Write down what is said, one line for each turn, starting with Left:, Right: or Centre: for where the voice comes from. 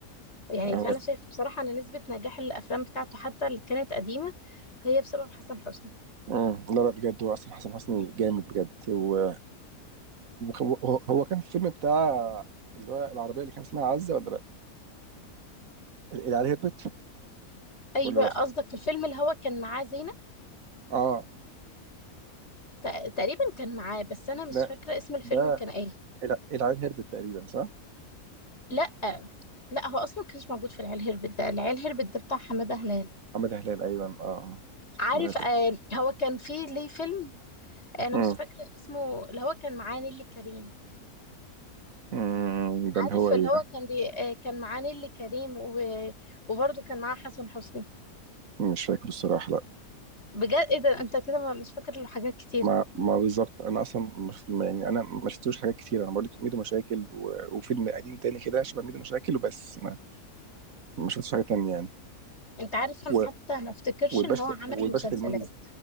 Left: يعني
Right: هو
Left: فأنا شايفة بصراحة إن نسبة نجاح الأفلام بتاعته حتى اللي كانت قديمة هي بسبب حسن حسني
Right: مم. لا لا بجد هو اصلا حسن حسني جامد بجد هو هو هو كان في الفيلم بتاع اللي هو العربيه اللي كان اسمها عزه ولا لا؟ اللي عليها هربت
Left: أيوة
Right: ولا لا؟
Left: قصدك الفيلم اللي هو كان معاه زينب
Right: اه
Left: تق- تقريبا كان معاه بس أنا مش
Right: لا
Left: فاكرة اسم الفيلم
Right: ده
Left: كان إيه
Right: الع- العيل هربت تقريبا صح؟
Left: لا لا هو أصلا كانش موجود في العيال هربت ده العيال هربت ده بتاع حمادة هلال
Right: حماده هلال ايوه اه آه.
Left: عارف
Right: حماده هلال
Left: آه هو كان فيه ليه فيلم انا
Right: مم.
Left: مش فاكره اسمه اللي هو كان معاه نيللي كريم
Right: مم. ده
Left: عارف
Right: اللي هو ايه
Left: اللي هو
Right: ده؟
Left: كان بي... آه، كان معاه نيللي كريم و... وبرضه كان معاه حسن حسني
Right: مش فاكر الصراحه لا
Left: بجد ايه ده انت كده ما- مش فاكر له حاجات كتير
Right: ما ما بالظبط انا اصلا مش ما- يعني انا ما شفتوش حاجات كتير انا بقول لك ميدو مشاكل و... وفيلم قديم تاني كده شبه ميدو مشاكل وبس ما ما شفتش حاجه تانية يعني
Left: انت عارف انا
Right: و...
Left: حتى ما افتكرش
Right: والباشا
Left: ان هو عمل
Right: والباشا
Left: مسلسلات
Right: تلميذ